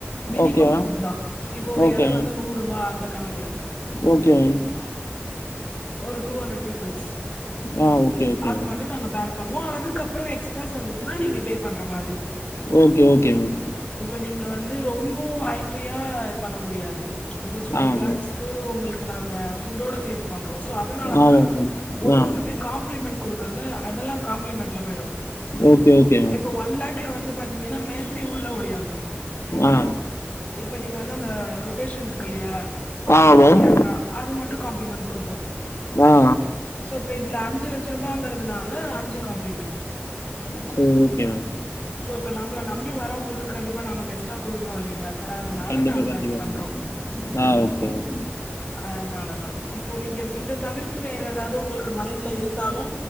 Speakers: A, on the left; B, on the left.
A: மினிமம்
B: ஓகே மேம்.
A: ஃபுட் தான் இப்போ ஒரு
B: ஓகே
A: இல
B: மேம்.
A: வந்து நூரு பா அந்த கணக்கில்
B: ஓகே மேம்
A: ஒரு டூ ஹண்ட்ரட் ஸ்
B: ஆ ஓகே, ஓகே
A: அது
B: மேம்.
A: மட்டும் நாங்க பேர பண்ணுவோம் அதுக்கு அப்புறம் எக்ஸ்ட் வந்துச்சுன்னா நீங்க பே பண்ற மாதிரி
B: ஓகே, ஓகே மேம்.
A: இப்ப நீங்க வந்து ரொம் ரொம்ப ஆ பண்ண முடியாது பிகாஸ் ஃபை
B: ஆ
A: லேக்ஸ்க்கு
B: மேம்.
A: உங்களுக்கு நாங்க ஃபுட்டோட சேத்து பண்றோம் சோ அதனால
B: ஆமா
A: தான்
B: மேம்.
A: ஒண்ணு
B: ஆ.
A: ஒண்ணுமே காம்ப்ளிமெண்ட் கொடுக்குறது அதெல்லாம் காம்ப்ளிமெண்ட்ல போயிடும்
B: ஓகே, ஓகே மேம்.
A: இப்போ ஒன் லேக்ல வந்து பாத்தீங்கன்னா மேந்தி உள்ளே உடையாங்க
B: ஆ.
A: இப்ப நீங்க வந்து அந்த ரொட்டேஷன் இருக்கு இல்லயா
B: ஆ
A: அந்த
B: மேம்.
A: கேமரா அது மட்டு காம்ப்ளிமெண்ட் குடுப்
B: ஆ.
A: சோ இப்ப இதுல அஞ்சு லெச்ச ருபாங்கிறதுனால அஞ்சு காம்ப்ளிமெண்ட்
B: சொ ஓகே மேம்
A: இப்ப நம்ள நம்பி வரவ்ங்களுக்கு கண்டிப்பா நாம பெஸ்டா குடுக்கணு இல்லைங்ளா சா சார் அதுனால
B: கண்டிப்பா
A: நாங்க
B: கண்டிப்பா
A: அது பண்றோ
B: மேம் ஆ ஓகே மேம்.
A: அதுனாலதா இப் ப்போ நீங்க இத தவிர்த்து வே ற எதாவது உங்களுக்கு மைண்ட்ல இருந்தாலு